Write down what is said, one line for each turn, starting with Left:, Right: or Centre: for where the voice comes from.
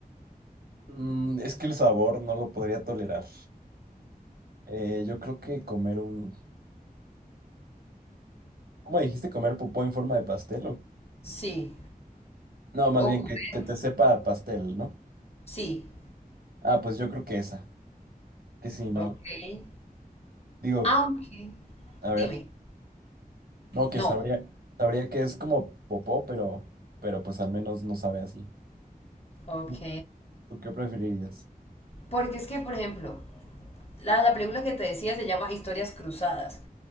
Right: Mm, es que el sabor no lo podría tolerar. Eh, yo creo que comer un... ¿Cómo dijiste? ¿Comer popó en forma de pastel o?
Left: Sí.
Right: No, más
Left: ¿O
Right: bien
Left: comer?
Right: que, que te sepa a pastel, ¿no?
Left: Sí.
Right: Ah, pues yo creo que esa. Que sí, no.
Left: Ok.
Right: Digo,
Left: Ah, ok.
Right: a
Left: Dime.
Right: ver, no, que
Left: No.
Right: sabría, sabría que es como popó, pero, pero pues al menos no sabe así.
Left: Ok.
Right: ¿Tú, tú qué preferirías?
Left: Porque es que, por ejemplo, la, la película que te decía se llama Historias Cruzadas,